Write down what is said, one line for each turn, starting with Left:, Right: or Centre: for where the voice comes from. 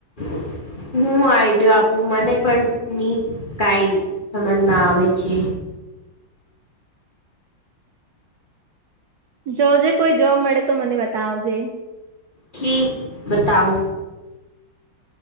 Left: <inaudible> હું આ આઈડયો આપું મને પણ ની કઈ સમજમાં આવે છે.
Right: જોજ કોઈ જોબ મળે તો મને બતાવજે.
Left: ઠીક બતાઉ.